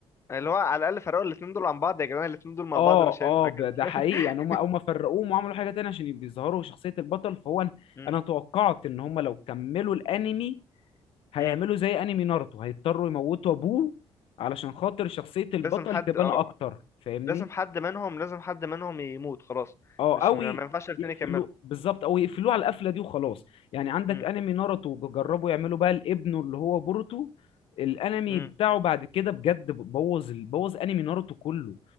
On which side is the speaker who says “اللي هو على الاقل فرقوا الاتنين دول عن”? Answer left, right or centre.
Left